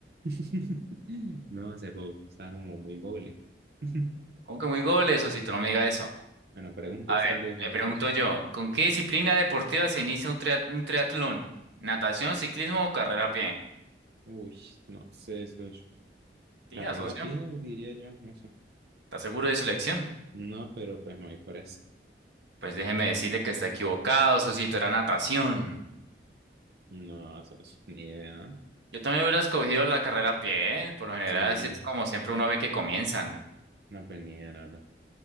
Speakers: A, on the right; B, on the right.
A: <laughs> No, ese pop está como muy goble. <laughs>
B: ¿Cómo que muy goles, socito? No me diga eso.
A: Bueno, pregunte
B: A
A: usted
B: ver,
A: entonces
B: le
A: ahora,
B: pregunto
A: Jesús.
B: yo, ¿con qué disciplina deportiva se inicia un, tria- un triatlón? ¿Natación, ciclismo o carrera a pie?
A: Uy, no sé, eso es
B: Diga,
A: carrera
B: socio,
A: bien, diría yo, no sé.
B: ¿está seguro de su elección?
A: No, pero pues me voy por eso.
B: Pues déjeme decirle que está equivocado, socito, era natación.
A: No, eso es ni idea. ¿ah?
B: Yo también hubiera escogido la carrera a pie, ¿eh? Por lo general,
A: Sí,
B: así es como siempre uno ve que comienzan.
A: no, pues ni idea, la verdad.